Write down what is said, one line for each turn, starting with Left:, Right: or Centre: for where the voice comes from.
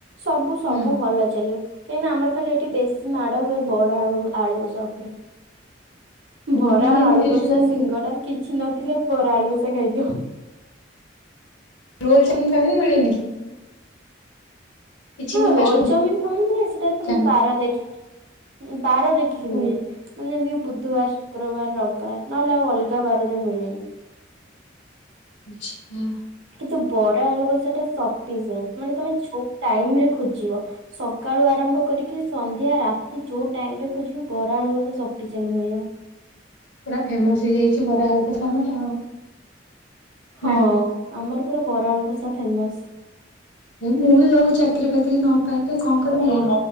Right: ସବୁ ସବୁ
Left: ହୁଁ।
Right: ଭଲ ଚାଲିବ କାହିଁକିନା ଆମର ଖାଲି ଏଠି ବେଶୀ ମାଡ଼ ହୁଏ, ବରା ଆଉ ଆଳୁ କଷା ଉପରେ।
Left: ଓ
Right: ବରା
Left: ମାନେ ଏମିତି
Right: ଆଳୁକଷା
Left: ଯୋଉ
Right: ସିଙ୍ଗଡ଼ା କିଛି ନଥିଲେ ପରେ ଆଳୁକଷା ଖାଇଦିଅ।
Left: ରୋଲ୍ ଚାଓମିନ୍ ଫାଓମିନ୍ ମିଳେନି।
Right: ଏମିତି
Left: କିଛି
Right: ହଁ
Left: ବି ଫାଷ୍ଟଫୁଡ
Right: ରୋଲ ଚାଇମିନ୍ ଫାଇମିନ୍ ମିଳେ ସେଟା
Left: ଦୋକାନରେ?
Right: ପୁଣି ବାର ଦେଖିକି। ବାର ଦେଖିକି
Left: ଓ
Right: ମିଳେ ମାନେ ଯେମିତିକି ବୁ ବୁଧବାର, ଶୁକ୍ରବାର, ରବବାର ନହେଲେ ଆଉ ଅଲଗା ବାରରେ ମିଳେନି।
Left: ଆଛା।
Right: କିନ୍ତୁ ବରା ଆଳୁ କଷା ଟା ସଂପି ସେଣ୍ଟ। ମାନେ ତମେ ଯୋଉ ଟାଇମ୍ ରେ ଖୋଜିବ ସକାଳୁ ଆରମ୍ଭ କରିକି ସନ୍ଧ୍ୟା ରାତି ଯୋଉ ଟାଇମ ମ ଖୋଜିବ ବରା ଆଳୁ କଷା ସଫିଶେଏଣ୍ଟ ମିଳିବ।
Left: ପୁରା ଫେମସ୍ ହେଇଯାଇଛି ବରାଆଳୁକସା ତମର।
Right: ହଁ
Left: ନା କଣ?
Right: ଆମର ପୁରା ବରାଆଳୁକସା ଫେମସ୍।
Left: ଏ ମୁଁ ବି ଘରେ ଚାକିରି ଫାକିରି ନ ପାଇଲେ କଣ କରିବି